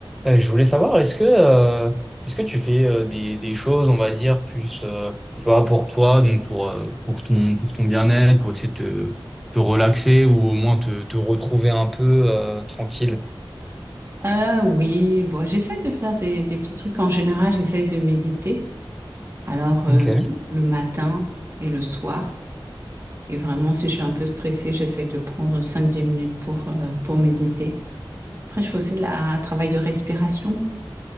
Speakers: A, in the centre; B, on the right.
A: Euh, je voulais savoir, est-ce que, euh, est-ce que tu fais euh, des, des choses, on va dire, plus euh, tu vois, pour toi, donc pour, euh, pour ton, pour ton bien-être, pour essayer de te, te relaxer ou au moins te, te retrouver un peu euh, tranquille?
B: Ah oui, bon, j'essaie de faire des, des petits trucs. En général, j'essaie de méditer. Alors, euh,
A: Ok.
B: le, le matin et le soir. Et vraiment, si je suis un peu stressée, j'essaie de prendre cinq dix minutes pour, euh, pour méditer. Après, je fais aussi de la, un travail de respiration.